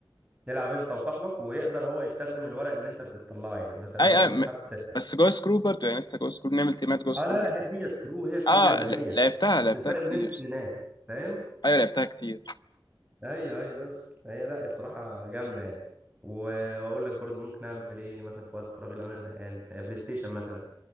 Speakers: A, on the right; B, on the left.
A: تلعب انت وصاحبك ويقدر هو يستخدم الورق اللي انت بتطلعه يعني مثلا
B: اي
A: لو انت
B: اي
A: سحبت
B: م- بس جو سكرو برضه يعني لسه جو سكرو بنعمل تيمات جو سكرو
A: اه لا لا
B: يعني.
A: هي هي سكرو هي سكرو
B: اه
A: زي ما
B: ل-
A: هي
B: لعبتها
A: بس
B: لعبتها
A: الفرق
B: كتير
A: ان انتوا اتنينات فاهم
B: ايوه لعبتها كتير
A: ايوه ايوه بس هي لا الصراحة جامدة يعني و- واقول لك برضو ممكن اعمل ايه مثلا في وقت فراغي لو انا زهقان آه، بلاي ستيشن مثلا